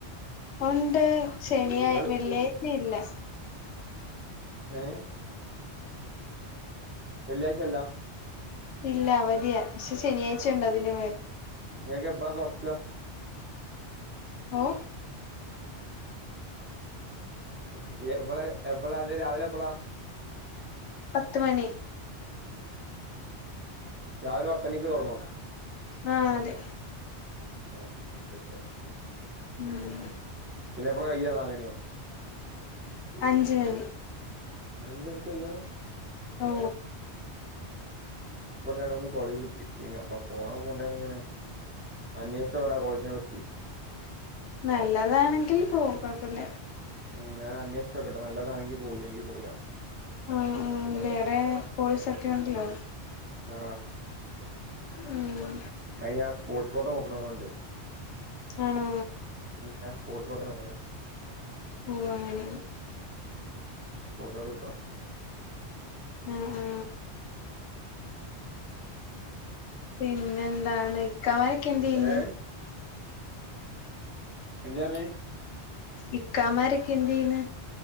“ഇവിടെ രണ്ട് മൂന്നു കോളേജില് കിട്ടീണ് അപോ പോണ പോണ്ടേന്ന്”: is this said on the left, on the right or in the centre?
Right